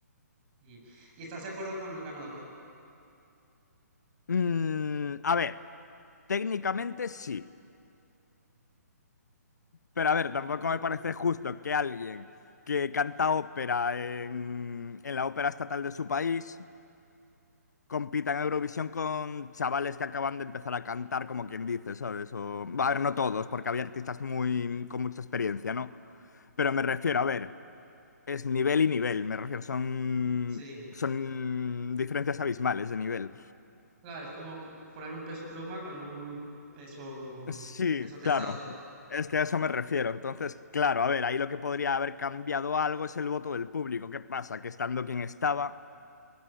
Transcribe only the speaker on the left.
Mm, a ver, técnicamente sí. Pero a ver, tampoco
me parece justo que alguien que canta ópera en, en la ópera estatal de su país compitan en Eurovisión con chavales que acaban de empezar a cantar, como quien dice, ¿sabes? O, a ver, no todos, porque había artistas muy con mucha experiencia, ¿no? Pero me refiero, a ver, es nivel y nivel, me refiero, son
son diferencias abismales de nivel.
Sí,
claro. Es que a eso me refiero. Entonces, claro, a ver, ahí lo que podría haber cambiado algo es el voto del público. ¿Qué pasa? Que estando quien estaba,